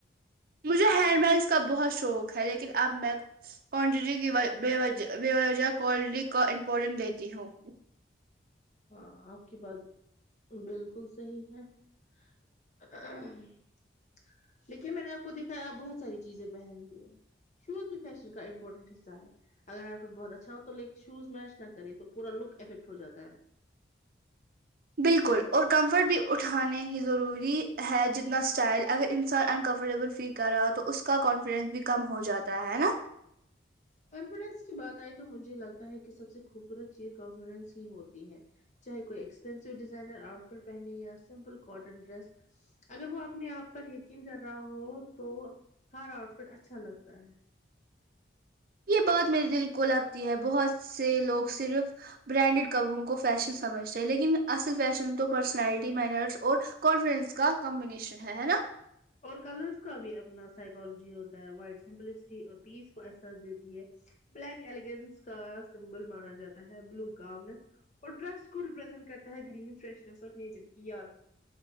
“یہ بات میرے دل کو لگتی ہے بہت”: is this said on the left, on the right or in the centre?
Right